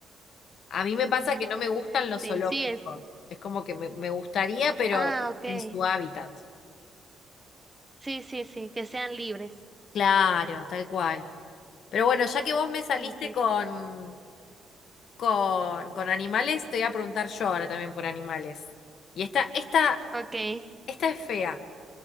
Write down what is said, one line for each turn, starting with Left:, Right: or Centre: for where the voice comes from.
Left: A mí me pasa
Right: <laughs>
Left: que no me gustan los
Right: Sí,
Left: zoológicos.
Right: sí es.
Left: Es como que me, me gustaría, pero
Right: Ah, ok.
Left: en su hábitat.
Right: Sí, sí, sí, que sean libres.
Left: Claro, tal cual. Pero bueno, ya que vos me saliste
Right: Ok,
Left: con, con, con animales, te voy a preguntar yo ahora también por animales. Y esta, esta,
Right: okay,
Left: esta es fea,